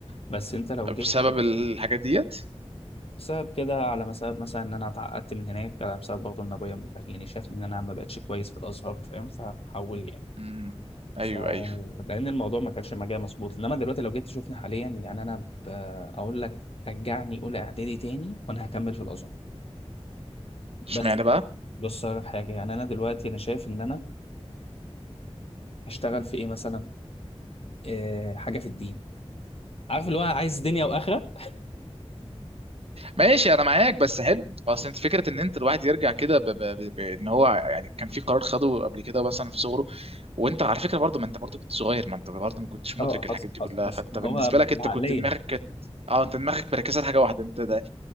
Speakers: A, on the left; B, on the right.
A: بس انت لو جيت
B: بسبب الحاجات ديت
A: بسبب كده على بسبب مثلا ان انا اتعقدت من هناك على بسبب برضه ان ابويا يعني شافني ان انا ما بقتش كويس في الازهر فاهم فحول يعني
B: امم ايوه
A: ف
B: ايوه
A: لان الموضوع ما كانش مجال مظبوط انما دلوقتي لو جيت تشوفني حاليا يعني انا ب... اقول لك رجعني اولى اعدادي تاني وانا هكمل في الازهر
B: اشمعنى
A: بس
B: بقى
A: بص على حاجه يعني انا دلوقتي انا شايف ان انا اشتغل في ايه مثلا إيه حاجه في الدين عارف اللي هو عايز دنيا واخره
B: ماشي انا معاك بس حلو اصل انت فكره ان انت الواحد يرجع كده ب... ب... ب... بان هو يعني كان في قرار خده قبل كده مثلا في صغره وانت على فكره برضه ما انت برضه كنت صغير ما انت برضه ما كنتش
A: اه
B: مدرك الحاجات
A: حصل
B: دي
A: حصل
B: كلها
A: حصل
B: فانت
A: ما
B: بالنسبه
A: هو العقليه
B: لك انت كنت دماغك كانت اه انت دماغك مركزه لحاجه واحده انت ده